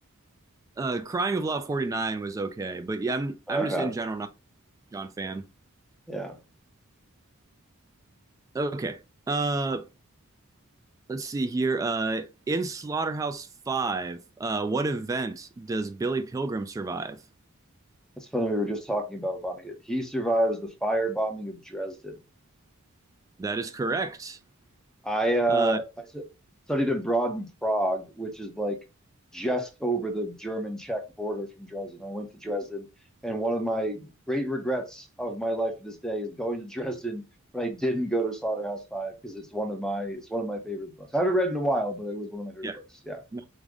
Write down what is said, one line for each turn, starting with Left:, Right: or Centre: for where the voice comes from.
Right: Uh, Crying of Lot 49 was okay, but yeah, I'm
Centre: Uh,
Right: I'm just
Centre: Okay.
Right: in general not a John fan.
Centre: Yeah,
Right: Okay. Uh, Let's see here. Uh, in Slaughterhouse Five, uh, what event does Billy Pilgrim survive?
Centre: that's funny. We were just talking about Vonnegut. He survives the firebombing of Dresden.
Right: That is correct.
Centre: I uh
Right: Uh,
Centre: I s- studied abroad in Prague, which is like just over the German-Czech border from Dresden. I went to Dresden, and one of my great regrets of my life to this day is going to Dresden, but I didn't go to Slaughterhouse Five because it's one of my it's one of my favorite books. I haven't read in a while, but it was one of my favorite
Right: yeah,
Centre: books. Yeah.
Right: No,